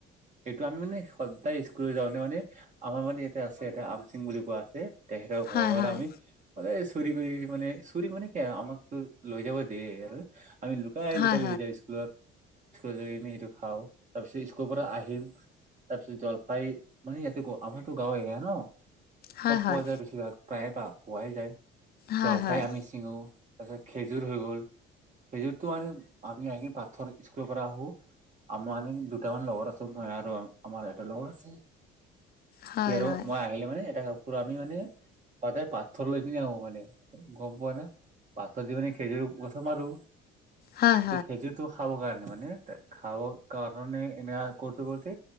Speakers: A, on the right; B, on the left.
A: সেইটো আমি মানে সদায় যাও নে মানে আমাৰ মানে ইয়াতে আছে এ আমচিং বুলি কোৱা আছে। তেহেত
B: হয়
A: ঘৰৰবাৰ
B: হয়
A: আমি মানে চুৰী কৰি মানে চুৰী মানে কি আৰু আমাকতো লৈ যাব দিয় আৰু আমি লুকাই
B: হয়
A: লুকাই লৈ যাম স্কুলত স্কুলত যৈ কিনে এইটো খাওঁ তাৰ পিছত স্কুলৰ পৰা আহিম তাৰপিছত জলফাই মানে ইয়াতে গ আৰতো গাঁৱ এৰি ন
B: হয়
A: চব
B: হয়
A: পোৱা যায় বেছিভাগ প্ৰায়ে প পোৱাই যায়
B: হয়
A: জলফাই
B: হয় হয়
A: আমি ছিঙো তাৰ পিছত খেজুৰ হৈ গ'ল খেজুৰতটো মানে আমি আহিন পাথৰ স্কুলৰ পৰা আহো আমাৰ দুটামান লগৰ আছো মই আৰু আমাৰ এটা লগৰ আছো সি
B: হয়
A: আৰু
B: হয়
A: মই আহিলে মানে এটা ক আমি মানে সদায় পাথৰ লৈ পিনে আহো মানে গম পোৱা না পাথৰ দি পি খেজুৰ গছ মাৰো
B: হয় হয় হয়
A: খেজুৰটো খাই খাব কাৰণে মানে খাব কাৰণে এনে কৰটো কৰটো।